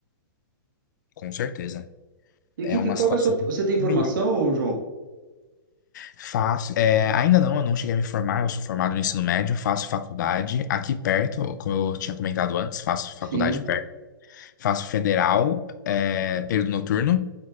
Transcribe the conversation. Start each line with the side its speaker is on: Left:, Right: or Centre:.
Left: Com certeza.
Right: E
Left: É
Right: que,
Left: uma
Right: que- qual
Left: situação
Right: que é a sua. Você tem formação,
Left: melhor.
Right: João?
Left: Faço, é, ainda não, eu não cheguei a me formar, eu sou formado no ensino médio, faço faculdade aqui perto, como eu tinha comentado antes, faço faculdade
Right: Sim.
Left: perto, faço federal, é, período noturno,